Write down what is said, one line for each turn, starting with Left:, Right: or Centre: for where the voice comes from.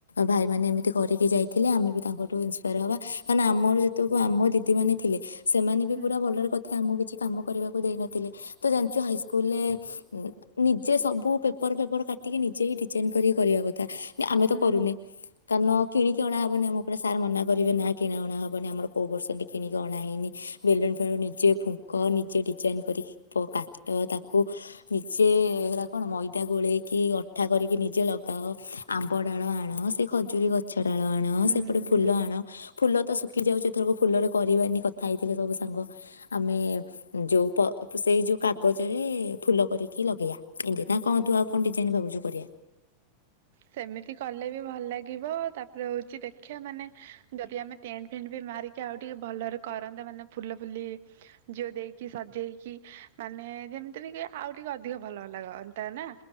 Left: ଭାଇ ମାନେ ଏମିତି କରିକି ଯାଇ ଥିଲେ ଆମେ ତାଙ୍କଠୁ ହବା କାର ଆମ ଯେତେ ଆମ ଦିଦ ମାନେ ଥିଲେ ସେମାନେ ବି
Right: ହୁଁ
Left: ପୁରା ଭଲରେ କଥା ଆମକୁ କିଛି କାମ କରିବାକୁ ଦେଇ ନଥିଲେ ତ ଜାଣିଛୁ ହାଇସ୍କୁଲ ରେ ନିଜେ ସବୁ ପେପର ଫେପର କାଟିକି ନିଜେ ହିଁ ଡିଜାଇନ କରିକି କରିବା କଥା। ଆମେ ତ
Right: ହୁଁ
Left: କରୁନେ କାରଣ କିଣ ବ ଆମର ଗୋଟେ ସାର୍ ମନା କରିବେ ନା କିଣା ଅଣା ହେବନି ଆମର କୋଉ ବର୍ସ କିଣି ଅଣା ହେନି ବେଲୁନ୍ ଫେଲୁନ୍ ନିଜେ ଫୁଙ୍କ ନିଜେ ଡିଜାଇନ କରି କାଚ ତାକୁ ନିଜେ ହେରା କଣ ମଇଦା ଗୋଳେଇକି ଅଠା କରିକି ନିଜେ ଲଗାଅ ଆମ୍ବ ଡାଳ ଆଣ ସେ ଖଜୁରୀ ଗଛ ଛଡାଳ ଆଣ
Right: ହୁଁ
Left: ସେପଟେ ଫୁଲ
Right: ହୁଁ
Left: ଆଣ ଫୁଲ ତ ଶୁଖି ଯାଉଛିଥରକୁ। ଫୁଲରେ କରିବାନି କଥା ହେଇ ଥିଲେ ସବୁ ସାଙ୍ଗ ଆମେ ଯୋଉ ସେଇ ଯୋଉ କାଗଜରେ ଫୁଲ କରିକି ଲଗେଇବା। ଏମିତି ତା କହନ୍ତୁ
Right: ହୁଁ
Left: ଆଉ କଣଡିଜାଇନ ଭାବୁ କରିବାରେ
Right: ସେମିତି କଲେ ବି ଭଲ ଲାଗିବ ତାପରେ ହଉଛି ଦେଖିବା ମାନେ ଯଦି ଆମେ ଟେଣ୍ଟ ଫେଣ୍ଟ ବି ମାରିକି ଆଉ ଟିକେ ଭଲରେ କରନ୍ତା ମାନେ ଫୁଲ ଫୁଲି ଜି ଦେଇକି ସଜେଇକି ମାନେ ଯେମିତି ଆଉ ଟିକେ ଅଧିକ ଭଲ ଲାଗନ୍ତା ନା।